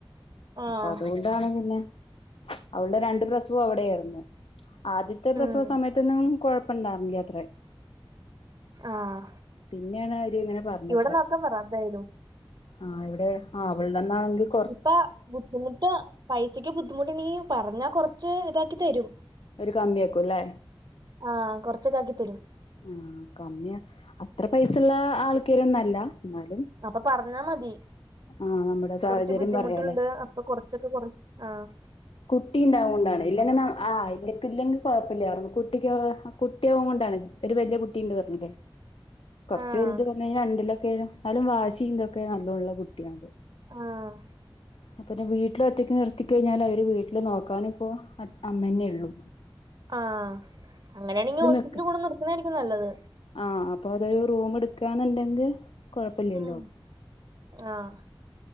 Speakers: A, on the right; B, on the left.
A: ആഹ്
B: അപ്പൊ അതൊണ്ട് ഇതാണ് പിന്നെ അവളുടെ രണ്ട് പ്രസവം അവിടെ ആയിരുന്നു ആദ്യത്തെ പ്രസവ
A: ഉം
B: സമയത്തൊന്നും കൊഴപ്പുണ്ടാർന്നില്ലത്ര
A: ആഹ്
B: പിന്നെയാണ് അവര് ഇങ്ങനെ പറഞ്ഞത്ര
A: ഇവിടെ നോക്കാൻ പറ എന്തായാലും
B: ആഹ് ഇവിടെ ആ അവിള്ടെന്നാണെങ്കിൽ
A: ഇപ്പ ബുദ്ധിമുട്ട് പൈസക്ക് ബുദ്ധിമുട്ട്ണ്ട്ങ്കീ പറഞ്ഞാ കൊറച്ച് ഇതാക്കി തരും
B: അവര് കമ്മിയാക്കും അല്ലേ
A: ആഹ് കൊറച്ചൊക്കെ ആക്കി തരും
B: ആഹ് കമ്മിയ അത്ര പൈസുള്ള ആൾക്കാരൊന്നുംല്ല എന്നാലും
A: അപ്പൊ പറഞ്ഞാ മതി
B: ആഹ് നമ്മുടെ സാഹചര്യം
A: കുറച്ച് ബുദ്ധിമുട്ടുണ്ട്
B: പറയാല്ലേ
A: അപ്പൊ കൊറച്ചൊക്കെ കുറച്ച് ആഹ്
B: കുട്ടി ഉണ്ടാവു കൊണ്ടാണ് ഇല്ലെങ്കി ആഹ് ഇല്ലെങ്കി ഇല്ലെങ്കി കൊഴപ്പല്ലായിരുന്നു കുട്ടിക്ക് കുട്ടിയും കൊണ്ടാണ് ഒരു വലിയ കുട്ടീണ്ട് പറഞ്ഞില്ലേ കുറച്ച്
A: ആഹ്
B: വലുത് പറഞ്ഞു കഴിഞ്ഞാ രണ്ടിലൊക്കെ എന്നാലും വാഷിം ഇതൊക്കെ നല്ലള്ള കുട്ടിയാ
A: ആഹ്
B: അപ്പരം വീട്ടില് ഒറ്റയ്ക്ക് നിർത്തി കഴിഞ്ഞാല് ഇവര് വീട്ടില് നോക്കാനിപ്പോ അമ്മേന്നേള്ളൂ
A: ആഹ് അങ്ങനെയാണെങ്കി ഹോസ്പിറ്റൽ
B: നിക്ക
A: കൂടെ നിർത്ത്ന്നായിരിക്കും നല്ലത്
B: ആഹ് അപ്പൊ അവര് റൂം എടുക്കാന്ന്ണ്ടെങ്കിൽ കൊഴപ്പല്ലല്ലോ
A: ഉം ആഹ്